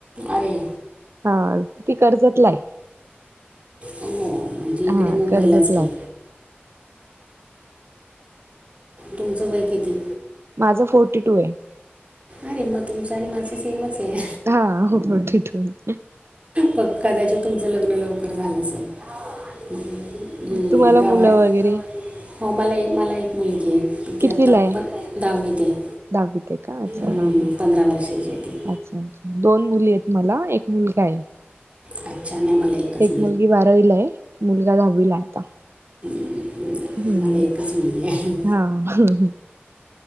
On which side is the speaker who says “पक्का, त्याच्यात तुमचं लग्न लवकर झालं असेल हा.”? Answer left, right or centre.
Right